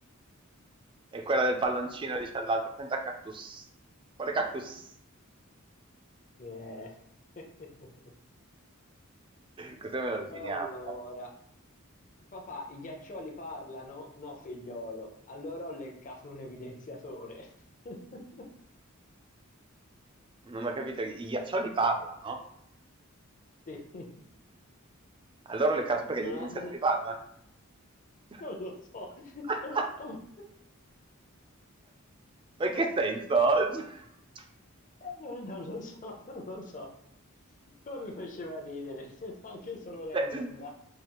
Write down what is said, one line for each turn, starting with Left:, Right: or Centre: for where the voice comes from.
Right: E quella del palloncino dice all'altro, senta cactus. Quale cactus?
Left: Eh. <laughs>
Right: Così me lo definiamo,
Left: Allora,
Right: dai.
Left: papà, i ghiaccioli parlano? No, figliolo. Allora ho leccato un evidenziatore. <laughs>
Right: Non ho capito, i ghiaccioli parlano?
Left: Sì,
Right: Allora le carte perché
Left: non,
Right: gli evidenziatori
Left: ha- non-
Right: parlano? <laughs>
Left: non lo so, <laughs>
Right: Ma in che senso? <laughs>
Left: non, non lo so, non lo so, però mi faceva ridere, <laughs> anche solo leggerla.
Right: Cioè,